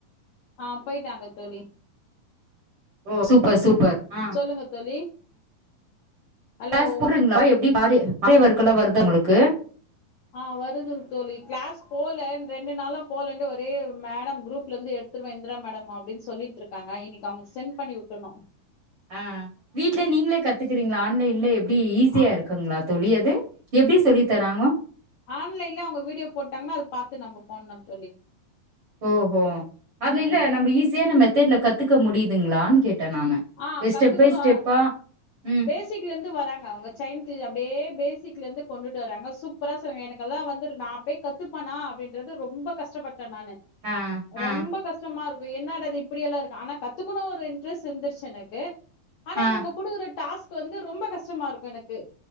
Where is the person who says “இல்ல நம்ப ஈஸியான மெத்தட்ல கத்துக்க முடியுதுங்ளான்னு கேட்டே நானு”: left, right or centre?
Right